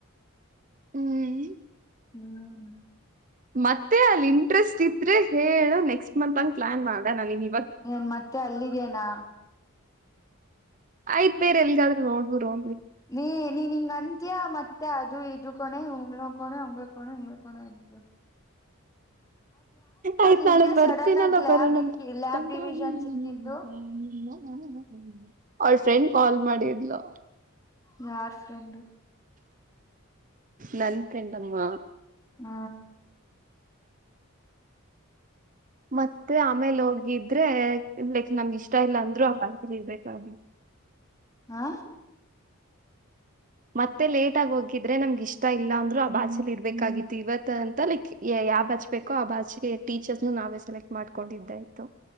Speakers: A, on the right (about 35°); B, on the left (about 15°).
A: ಹ್ಮ್
B: <inaudible>
A: ಮತ್ತೆ ಅಲ್ಲಿ ಇಂಟ್ರೆಸ್ಟ್ ಇದ್ರೆ ಹೇಳು ನೆಕ್ಸ್ಟ್ ಮಂತ್ ಹಂಗ್ ಪ್ಲಾನ್ ಮಾಡನ ನಿನ್ಗ್
B: ಏನ್ ಮತ್ತೆ ಅಲ್ಲಿಗೇನಾ
A: ಆಯ್ತ್ ಬೇರೆ ಎಲ್ದಾದ್ರೂ ನೋಡ್ <unintelligible>
B: ನೀ ನೀನ್ ಹಿಂಗ ಅಂತಿಯಾ ಮತ್ತೆ ಅದು ಇದು ಕಣೆ ಹಂಗ್ಳ ಕಣೆ ಹಂಗ ಕಣೆ ಹಿಂಗ ಕಣೆ ಅಂತಿಯಾ
A: ಆಯ್ತ್
B: ನಿಂಗೆ
A: ನಾಳೆ ಬರ್ತೀನಲ್ಲ
B: ಸಡನ್ ಆಗಿ ಲ್ಯಾಬ್
A: <unintelligible>
B: ಇಕ್ಕಿ ಲ್ಯಾಬ್ ಡಿವಿಷನ್ ಸಿಕ್ಕಿದ್ದು
A: ಅವಳ್ ಫ್ರೆಂಡ್ ಕಾಲ್ ಮಾಡಿದ್ಲು
B: ಯಾರ್ ಫ್ರೆಂಡು
A: ನನ್ ಫ್ರೆಂಡ್ ಅಮ್ಮ
B: ಹ್ಮ
A: ಮತ್ತೆ ಆಮೇಲೆ ಹೋಗಿದ್ರೆ ಲೈಕ್ ನಮ್ಗೆ ಇಷ್ಟ ಇಲ್ಲ ಅಂದ್ರು ಆ ಬ್ಯಾಂಕಲ್ಲಿ ಇರ್ಬೇಕಾಗುತ್ತೆ
B: ಹಾ
A: ಮತ್ತೆ ಲೇಟ್ ಆಗಿ ಹೋಗಿದ್ರೆ ನಮ್ಗ ಇಷ್ಟ ಇಲ್ಲಾಂದ್ರರು ಆ ಬ್ಯಾಚ್ಲಿ ಇರ್ಬೇಕಾಗಿತ್ತು ಇವತ್ ಅಂತ ಲೈಕ್ ಎ ಯಾವ್ ಬ್ಯಾಚ್ ಬೇಕೋ ಆ ಬಚ್ಗೆ ಟೀಚರ್ಸನು ನಾವೇ ಸೆಲೆಕ್ಟ್ ಮಾಡ್ಕೊಂಡಿದ್ದ ಇತು